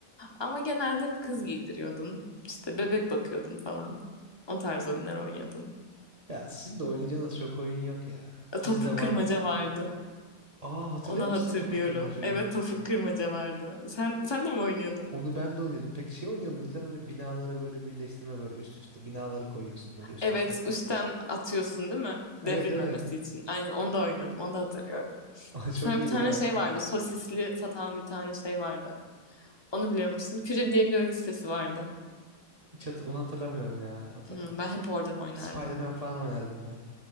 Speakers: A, on the left; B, on the right.
A: Ama genelde hep kız giydiriyordum. İşte bebek bakıyordum falan. O tarz oyunlar oynuyordum.
B: Ya sizin de oynayacağınız çok oyun yok ya.
A: E, Topuk
B: Bizde
A: kırmaca
B: var.
A: vardı.
B: Aa hatırlıyor
A: Onu
B: musun
A: hatırlıyorum.
B: sen topu kırmacayı?
A: Evet topuk kırmaca vardı. Sen sen de mi oynuyordun?
B: Onu ben de oynuyordum. Peki şey oynuyor muydun sen böyle binaları böyle birleştirme böyle üst üste. Binaları koyuyorsun böyle üst
A: Evet,
B: üste.
A: üstten atıyorsun değil mi? Devrilmemesi
B: Evet evet.
A: için. Aynen onu da oynuyordum. Onu da hatırlıyorum.
B: <laughs> Aa, çok
A: Sonra
B: iyi
A: bir tane
B: ya.
A: şey vardı. Sosisli satan bir tane şey vardı. Onu biliyor musun? Kürev diye bir oyun sitesi vardı.
B: Hiç hat- onu hatırlamıyorum ya.
A: Hmm, ben hep oradan oynardım.
B: Spider-Man falan oynardım ben.